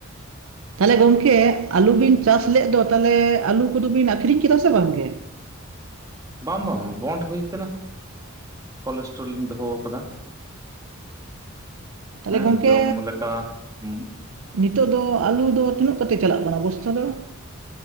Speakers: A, on the right (about 70°); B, on the right (about 15°).
A: ᱛᱟᱦᱚᱞᱮ ᱜᱚᱝᱠᱮ ᱟᱞᱩ ᱵᱤᱱ ᱪᱟᱥ ᱞᱮᱫ ᱫᱚ ᱛᱟᱦᱚᱞᱮ ᱟᱞᱩ ᱠᱩᱫᱚ ᱵᱤᱱ ᱟᱠᱷᱨᱤᱧ ᱠᱮᱫᱟ ᱥᱮ ᱵᱟᱝᱜᱮ?
B: ᱵᱟᱝ ᱵᱟᱝ ᱵᱚᱱᱰ ᱦᱩᱭ ᱠᱟᱱᱟ ᱠᱚᱞᱮᱥᱴᱨᱚᱞ ᱤᱧ ᱫᱚᱦᱚ ᱟᱠᱟᱫᱟ ᱾
A: ᱛᱟᱦᱚᱞᱮ
B: ᱦᱮᱸ
A: ᱜᱚᱝᱠᱮ
B: ᱡᱚᱢ ᱞᱮᱠᱟ ᱦᱮᱸ
A: ᱱᱤᱛᱚᱜ ᱫᱚ ᱟᱞᱩ ᱫᱚ ᱛᱤᱱᱟᱹᱜ ᱠᱟᱛᱮᱫ ᱪᱟᱞᱟᱜ ᱠᱟᱱᱟ ᱵᱚᱥᱛᱟ ᱫᱚ?